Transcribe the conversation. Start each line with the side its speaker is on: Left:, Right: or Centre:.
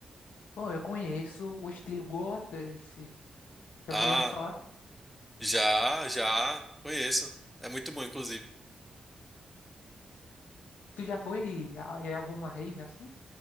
Left: Bom, eu conheço o estilo Goa Trance. Já
Centre: Ah,
Left: ouvi, já ouvi falar?
Centre: já, já, conheço. É muito bom, inclusive.
Left: Tu já foi a- em alguma rave assim?